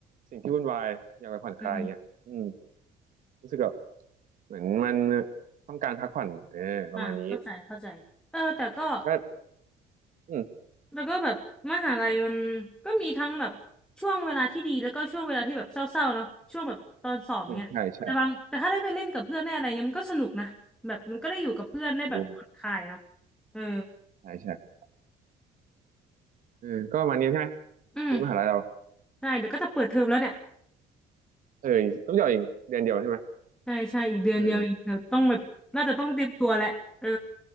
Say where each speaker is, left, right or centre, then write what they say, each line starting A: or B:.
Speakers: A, on the right; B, in the centre.
A: สิ่งที่วุ่นวายอยากไปผ่อนคลายอย่างเงี้ยอืม
B: อืม
A: รู้สึกแบบเหมือนมันต้องการพักผ่อนเออประมาณนี้
B: อ่าเข้าใจเข้าใจเออแต่ก็
A: ก็อืม
B: แล้วก็แบบมหาลัยมันก็มีทั้งแบบช่วงเวลาที่ดีแล้วก็ช่วงเวลาที่แบบเศร้าๆเนาะช่วงแบบตอนสอบเนี้ยแต่บางแต่ถ้าได้ไปเล่นกับเพื่อนได้อะไรเงี้ยมันก็สนุกนะแบบมันก็ได้อยู่กับเพื่อนได้แบบผ่อนคลายเนาะ
A: อืมใช่ใช่ถูก
B: เออ
A: ใช่ใช่เออก็ประมาณนี้ใช่ไหม
B: อืม
A: ชีวิตมหาลัยเรา
B: ได้เดี๋ยวก็จะเปิดเทอมแล้วเนี่ย
A: เออต้องเดียวเองเดือนเดียวใช่ไหม
B: ใช่ใช่อีกเดือนเดียวเองเดี๋ยวต้องแบบน่าจะต้องเตรียมตัวแหละเออ
A: เออ